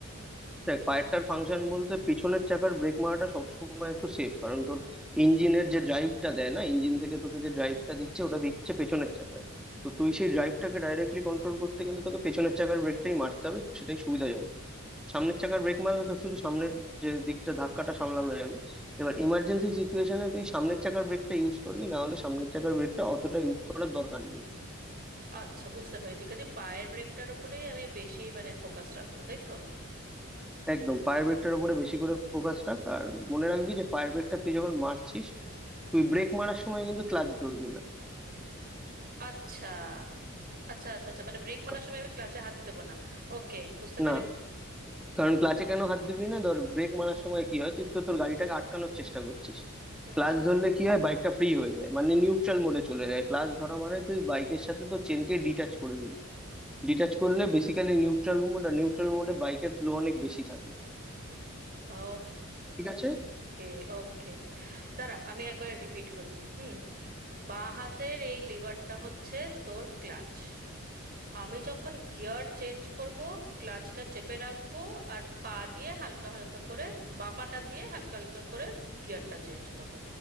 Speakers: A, in the centre; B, on the right.
A: দেখ পায়েরটার ফাংশন বলতে পিছনের চাকার ব্রেক মারাটা সবসময় একটু সেফ কারণ তোর ইঞ্জিনের যে ড্রাইভটা দেয় না ইঞ্জিন থেকে তোকে যে ড্রাইভটা দিচ্ছে ওটা দিচ্ছে পেছনের চাকায় তো
B: হুম।
A: তুই সেই ড্রাইভটাকে ডাইরেক্টলি কন্ট্রোল করতে গেলে তোকে পেছনের চাকার ব্রেকটাই মারতে হবে সেটাই সুবিধাজনক সামনের চাকার ব্রেক মারলে তো শুধু সামনের যে দিকটা ধাক্কাটা সামলানো যাবে এবার ইমার্জেন্সি সিচুয়েশনে তুই সামনের চাকার ব্রেকটা ইউজ করবি না হলে সামনের চাকার ব্রেকটা অতটা ইউজ করার দরকার নেই
B: আচ্ছা বুঝতে পেরেছি কাজে পায়ের ব্রেকটার উপরেই আমি বেশি মানে ফোকাস রাখবো তাই তো
A: একদম পায়ের ব্রেকটার উপরে বেশি করে ফোকাস রাখ আর মনে রাখবি যে পায়ের ব্রেকটা তুই যখন মারছিস তুই ব্রেক মারার সময় কিন্তু ক্লাচ ধরবি না
B: আচ্ছা আচ্ছা আচ্ছা আচ্ছা মানে ব্রেক মারার
A: কা-
B: সময় আমি ক্লাচে হাতই দেবো না ওকে বুঝতে পেরেছি
A: না কারণ ক্লাচে কেন হাত দিবি না ধর ব্রেক মারার সময় কি হয় তুই তো তোর গাড়িটাকে আটকানোর চেষ্টা করছিস
B: হুম
A: ক্লাচ ধরলে কি হয় বাইকটা ফ্রি হয়ে যায় মানে নিউট্রাল মোডে চলে যায় ক্লাচ
B: হুম
A: ধরা মানে তুই বাইকের সাথে তো চেনকে ডিটাচ করে দিলি ডিটাচ করলে বেসিক্যালি নিউট্রাল মোড আর নিউট্রাল মোডে বাইকের ফ্লো অনেক বেশি থাকে
B: ও
A: ঠিক আছে
B: ওকে ওকে দাঁড়া আমি একবার রিপিট করি হুম বাঁ হাতের এই লিভারটা হচ্ছে তোর ক্লাচ আমি যখন গিয়ার চেঞ্জ করব ক্লাচটা চেপে রাখবো আর পা দিয়ে হালকা হালকা করে বাঁ পাটা দিয়ে হালকা হালকা করে গিয়ারটা চেঞ্জ করব